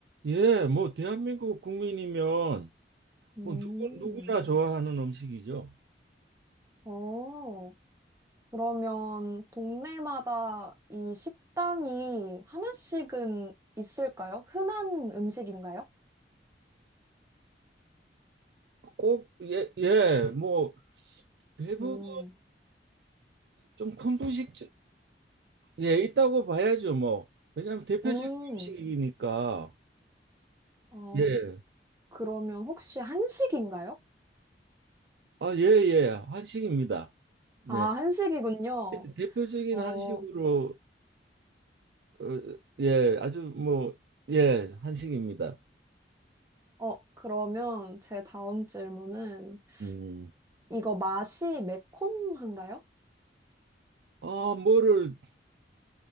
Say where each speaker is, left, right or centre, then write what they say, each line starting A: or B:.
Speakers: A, on the right; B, on the right.
A: 예, 뭐 대한민국 국민이면
B: 음,
A: 뭐 누구, 누구나 좋아하는 음식이죠.
B: 어, 그러면 동네마다 이 식당이 하나씩은 있을까요? 흔한 음식인가요?
A: 꼭 예, 예, 뭐 대부분
B: 음,
A: 좀 큰 분식 예 있다고 봐야죠 뭐 왜냐하면 대표적인
B: 음.
A: 음식이니까
B: 어,
A: 예
B: 그러면 혹시 한식인가요?
A: 아 예 예 한식입니다 네
B: 아, 한식이군요.
A: 대- 대표적인
B: 어,
A: 한식으로 어, 예 아주 뭐 예 한식입니다
B: 어, 그러면 제 다음 질문은
A: 음.
B: 이거 맛이 매콤한가요?
A: 아 뭐를